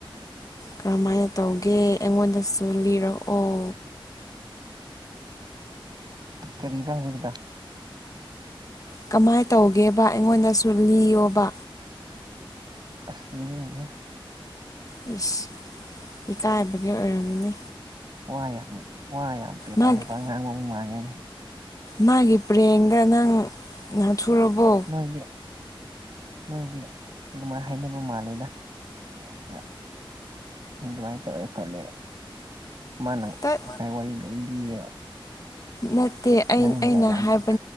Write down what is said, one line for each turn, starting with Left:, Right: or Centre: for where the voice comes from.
Left: ꯀꯔꯝꯍꯥꯏꯅ ꯇꯧꯒꯦ ꯑꯩꯉꯣꯟꯗꯁꯨ ꯂꯤꯔꯛꯑꯣ
Right: ꯀꯔꯤ ꯄꯁꯤꯦꯗ
Left: ꯀꯃꯥꯏꯅ ꯇꯧꯒꯦꯕ ꯑꯩꯉꯣꯟꯗꯁꯨ ꯂꯤꯌꯣꯕ
Right: ꯑꯁ ꯂꯩꯅꯤꯡꯉꯦ
Left: ꯌꯦꯁ ꯏꯀꯥꯏꯕꯒꯤ ꯑꯣꯏꯔꯝꯃꯅꯦ
Right: ꯋꯥ ꯌꯥꯝ ꯋꯥ ꯌꯥꯝ ꯄꯦꯄꯥ
Left: ꯃꯥꯒꯤ
Right: ꯄꯦꯄꯥ ꯉꯥꯡꯕ ꯑꯃꯨꯛ ꯃꯥꯡꯒꯅꯤ
Left: ꯃꯥꯒꯤ ꯄ꯭ꯔꯦꯡꯗ ꯅꯪ ꯅꯥꯊꯨꯔꯕꯣ
Right: ꯍꯅꯦ ꯅꯣꯏꯗꯤ ꯑꯗꯨꯃꯥꯏꯅ ꯍꯥꯏꯅꯕ ꯃꯥꯜꯂꯦꯅ ꯑꯩꯒ ꯑꯗꯨꯃꯥꯏꯅ ꯇꯧꯋꯦ ꯈꯣꯠꯂꯦ ꯃꯥꯅ
Left: ꯇꯠ
Right: ꯉꯁꯥꯏ ꯋꯥꯔꯤ ꯂꯣꯏ ꯂꯤꯌꯦꯕ
Left: ꯅꯠꯇꯦ
Right: ꯅꯪꯅꯒ
Left: ꯑꯩ ꯑꯩꯅ
Right: ꯌꯥꯝ
Left: ꯍꯥꯏꯕ
Right: ꯊꯤ